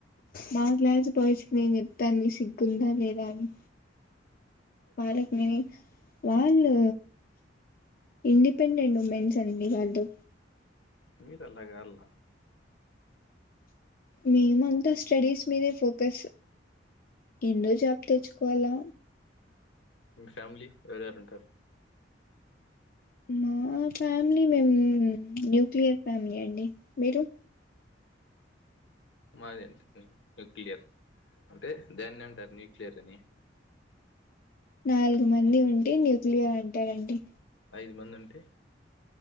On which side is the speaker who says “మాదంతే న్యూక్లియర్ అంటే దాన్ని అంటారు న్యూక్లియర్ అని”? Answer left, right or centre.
Left